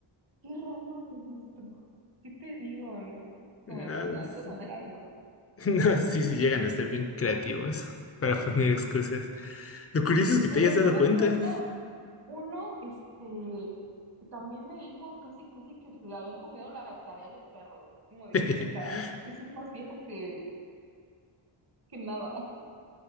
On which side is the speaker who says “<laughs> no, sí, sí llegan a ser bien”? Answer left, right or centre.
Left